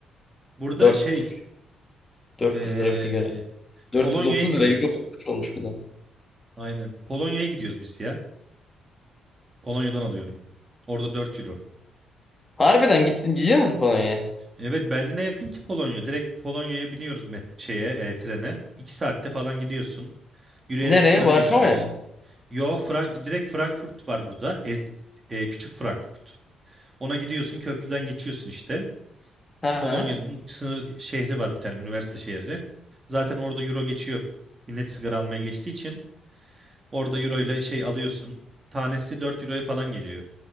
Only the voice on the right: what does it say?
Burada
şey ee,
Polonya'ya gidiyoruz.
Aynen. Polonya'ya gidiyoruz biz ya. Polonya'dan alıyorum. Orada 4 euro.
Evet Berlin'e yakın ki Polonya. Direkt Polonya'ya biniyoruz met şeye e, trene. İki saatte falan gidiyorsun. Yürüyerek
sınırı
geçiriyorsun.
Yo Frank direkt Frankfurt var burada. E, e, küçük Frankfurt. Ona gidiyorsun köprüden geçiyorsun işte.
Polonya'nın sınır şehri var bir tane üniversite şehri. Zaten orada euro geçiyor. Millet sigara almaya geçtiği için orada euro ile şey alıyorsun. Tanesi 4 euroya falan geliyor.